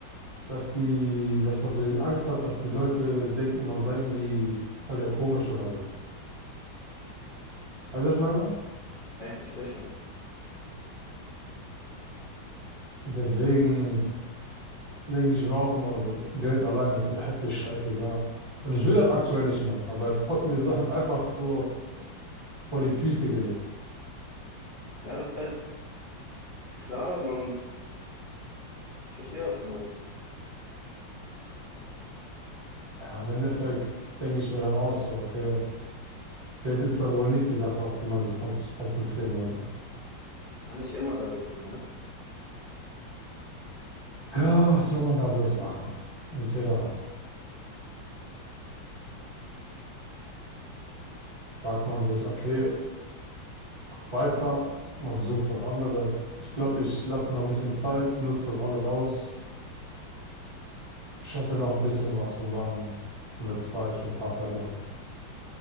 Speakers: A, on the right (about 25°); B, on the left (about 65°).
A: dass die, dass man so die Angst hat, dass die Leute denken, man sei irgendwie voll der komisch oder so. Weißt du, was ich meine?
B: Ja, ich verstehe schon.
A: Deswegen. denke ich mir auch immer so, Geld allein ist so heftig scheißegal. Und ich will das aktuell nicht machen, aber es kommt mir so <laughs> einfach so vor die Füße gelegt.
B: Ja, das ist halt klar, man, ich verstehe, was du meinst.
A: Ja, im Endeffekt denke ich mir dann auch so, okay, Geld ist dann wohl nicht die Sache, auf die man sich kon konzentrieren sollte.
B: Kann nicht immer, sage ich mal, ne?
A: Ja, was soll man da bloß machen? Entweder sagt man sich, okay, weiter, man sucht was anderes. Ich glaube, ich lasse mir noch ein bisschen Zeit, nutze das alles aus, scheffe noch ein bisschen was und dann wird es Zeit für ein paar Veränderungen.